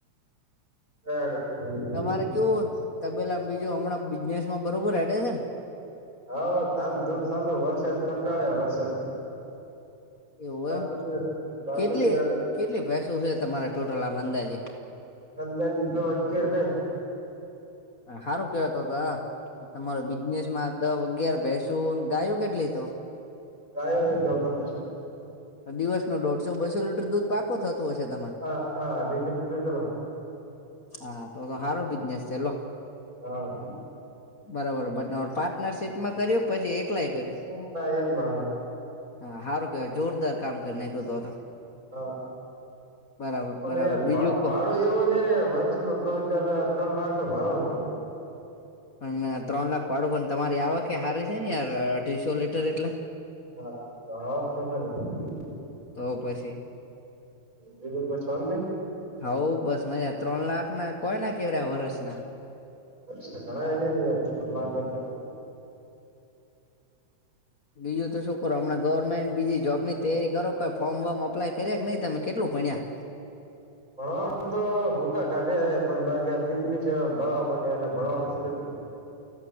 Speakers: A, on the right; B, on the left.
A: <unintelligible>
B: તમારે કેવું તબેલા બીજું હમણાં બિઝનેસ માં બરોબર હેડે છે ને
A: હ ધામધૂમ ચાલું વરસાદ કંટાળ્યા વરસાદ
B: એવું
A: બાકી
B: એમ
A: તો બાકી
B: કેટલી
A: તો રેડી
B: કેટલી ભેંસો છે તમારે ટોટલ આમ અંદાજે
A: અંદાજે તો અગિયાર હે.
B: હારું કેવાય તો તો તમારો બિઝનેસ માં દહ અગિયાર ભેંસુ ગાયું કેટલી તો
A: ગાયો દહ પંદર
B: દિવસનો દોઢસો બસો લીટર દૂધ પાકો થતું હશે તમને
A: હા હા અઢીસો લીટર ખરો
B: હા તો તો હારો બિઝનેસ છે લો
A: હા
B: બરાબર પાર્ટનરશીપમાં કર્યું પછી એકલાય કર્યું
A: <unintelligible> એકલા હે
B: હા હારું કેવાય જોરદાર કામ કરી નાંયખું તો તો
A: હા
B: બરાબર
A: <unintelligible>
B: બરાબર બીજું કો
A: પાાડો એવો શે ને વર્ષનો ત્રણ ચાર ત્રણ લાખ તો ભાડો સે.
B: અન ત્રણ લાખ ભાડો પણ તમારી આવાકે હારે છે ને યાર અઢીસો લીટર એટલે
A: હા તો આવક તો <unintelligible>
B: તો પછી
A: બીજું કો શાંતિ
B: હઉ બસ મજા ત્રણ લાખ ના કોઈના <unintelligible> વરસના
A: <unintelligible>
B: બીજું તો શું કરો હમણા ગવર્મેન્ટ બીજી જોબ ની તૈયારી કરો કઈ ફોર્મ વોર્મ અપ્લાય કરયા કે નહી તમે કેટલું ભણ્યા
A: ભણવાનું તો ભૂકા કાઢ્યા હે પણ બાકી આ <unintelligible> ભણવાનું <unintelligible>